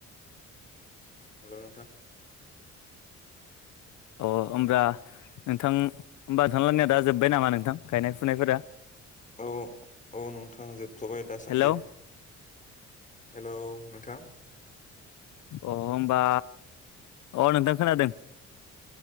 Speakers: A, on the left; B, on the left.
A: हेल' नोंथां
B: अ होमब्ला नोंथां नोंथांलानिआ दा जोबबाय नामा नोंथां गायनाय फुनायफोरा?
A: औ औ नोंथां जोबथ'बाय दासान्दि।
B: हेलौ
A: हेलौ नोंथां
B: अ होमबा अ नोंथां खोनादों।